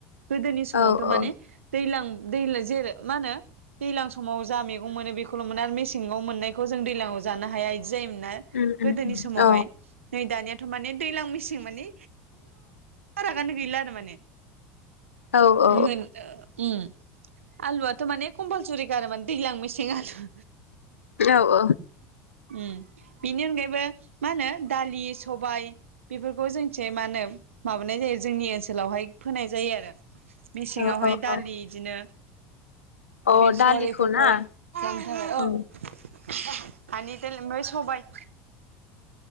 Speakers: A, on the right; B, on the left.
A: गोदोनि समावथ
B: औ औ
A: माने दैलां दै जेर मा होनो दैलां समाव जा मैगं मोनो बेखौल मोनो आरो मेसेङाव मोननायखौ जों दैलाङाव जानो हाया जायोमोन ना
B: उम उम
A: गोदोनि समावहाय
B: औ
A: नै दानिया माने दैलां मेसें माने आनो गैला आरो माने
B: औ औ
A: मोन ओ आलुआथ माने कम्पालसरि गार माने दैलां मेसें आलु
B: औ औ
A: ओम बेनि अनगायैबो मा होनो दालि सबाय बेफोरखौ जोंनिथिं मा होनो माबानाय जायो जोंनि ओनसोलावहाय फोनाय जायो आरो मेसेङावहाय
B: औ औ
A: दालि बिदिनो
B: अ
A: बेसर
B: दालिखौ
A: बेफोरखौहाय
B: ना ओं
A: औ <unintelligible> सबाय